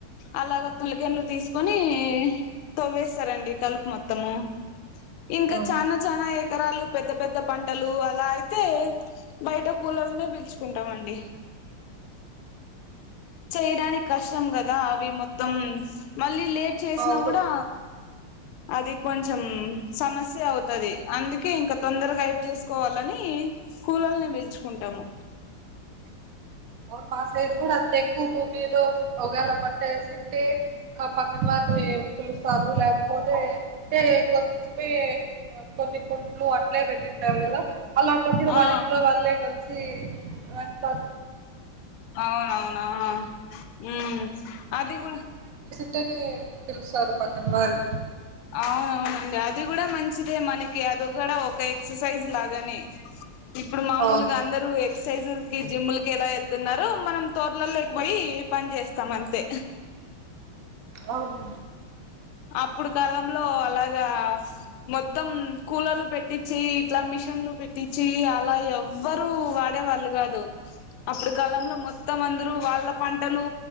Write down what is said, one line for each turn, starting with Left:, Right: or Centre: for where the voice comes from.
Left: అలాగ తులికెండలు తీసుకొని తవ్వేస్తారండి కలుపు మొత్తము ఇంకా
Right: హ్మ్. ఆ
Left: చానా చానా ఎకరాలు పెద్ద పెద్ద పంటలు అలా అయితే బయట కూలోళ్లను పిల్లుచుకుంటామండి చేయడానికి కష్టం కదా అవి మొత్తం మళ్ళీ లేట్ చేసినా
Right: అవును
Left: కూడా అది కొంచెం సమస్య అవుతది అందుకే ఇంకా తొందరగా హైప్ చేసుకోవాలని కూలోళ్లను పిలుచుకుంటాము
Right: అవును మా సైడ్ కూడా అంత ఎక్కువ భూమిలో ఒకవేళ పంట ఏసీ ఉంటే మా పక్కన వారిని పిలుస్తారు లేకపోతే అంటే కొంచమే కొన్ని కుడ్లు అట్లే పెట్టింటారు కదా అలాంటప్పుడు వాళ్ళ
Left: ఆ
Right: ఇంట్లో వాళ్ళే కలిసి సి అ ప
Left: అవునవునా ఉమ్ అది కూడా
Right: అంటేనే పిలుస్తారు పక్కన వారు
Left: అవున అవునండి అది కూడా మంచిదే మనకి అది కూడా ఒక ఎక్సర్సైజ్ లాగానే ఇప్పుడు మామూలుగా
Right: అవును
Left: అందరు ఎక్సర్సైజులకి జిమ్ములకి ఎలా వెళ్ న్నారో మనం తోర్లలో లేకపోయి పని చేస్తాం అంతే
Right: అవును
Left: అప్పుడు కాలంలో అలాగా మొత్తం కూలోళ్ళు పెట్టించి ఇట్లా మిషన్లు పెట్టించి అలా ఎవ్వరు వాడే వాళ్ళు కాదు అప్పుడు కాలంలో మొత్తం అందరు వాళ్ళ పంటలు